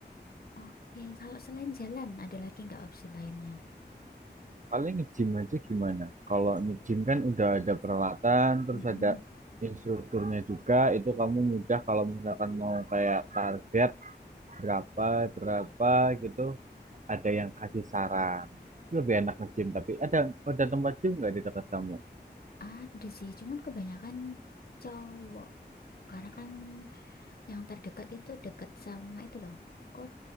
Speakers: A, on the left; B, on the right.
A: Oke, kalau selain jalan ada lagi nggak opsi lainnya?
B: Paling nge-gym aja gimana? Kalau nge-gym kan udah ada peralatan, terus
A: Mm-mm.
B: ada instrukturnya juga. Itu kamu mudah kalau misalkan mau kayak target berapa berapa gitu, ada yang kasih saran. Itu lebih enak nge-gym. Tapi ada ada tempat gym nggak di dekat kamu?
A: Ada sih, cuman kebanyakan cowok. Karena kan yang terdekat itu dekat sama itu loh. Kod